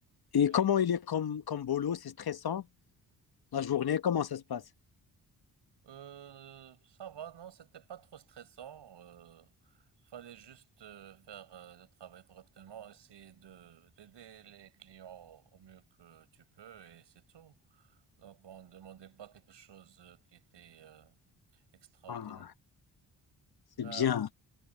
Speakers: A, on the left; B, on the right.
A: Et
B: Oui.
A: comment il est comme, comme boulot? C'est stressant la journée? Comment ça se passe?
B: Euh, ça va, non, c'était pas trop stressant. Euh, fallait juste euh, faire euh, le travail correctement, essayer de d'aider les clients au, mieux que tu peux, et c'est tout. Donc on ne demandait pas quelque chose euh, qui était euh, extraordinaire.
A: Ah, c'est
B: Ben,
A: bien.